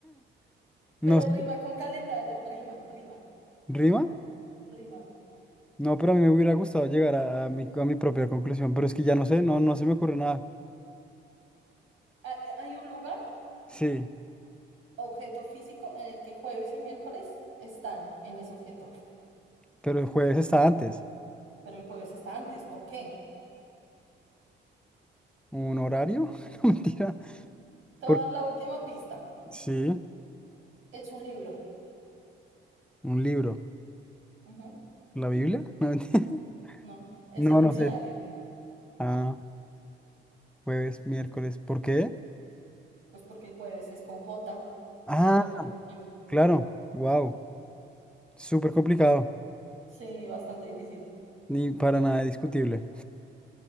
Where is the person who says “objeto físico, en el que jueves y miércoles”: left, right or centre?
Right